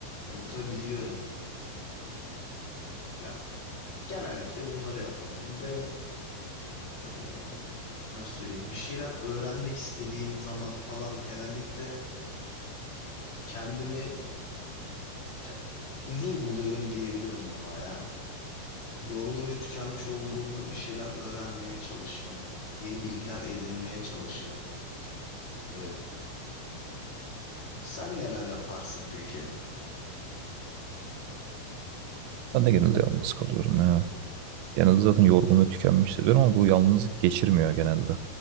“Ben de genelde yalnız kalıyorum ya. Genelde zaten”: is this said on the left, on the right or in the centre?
Right